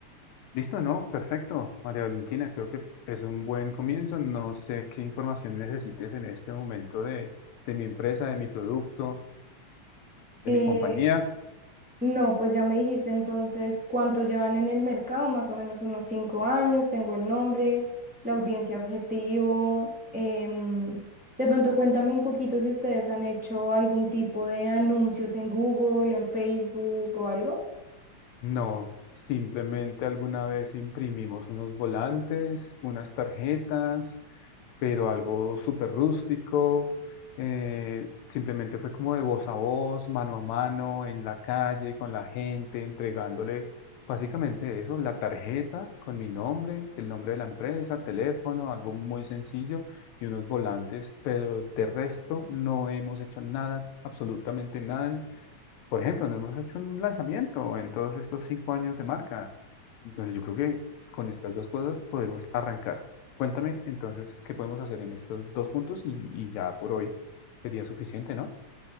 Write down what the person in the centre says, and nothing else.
Eh,
no, pues ya me dijiste entonces cuánto llevan en el mercado, más o menos unos cinco años, tengo el nombre, la audiencia objetivo. em, de pronto cuéntame un poquito si ustedes han hecho algún tipo de anuncios en Google, en Facebook o algo.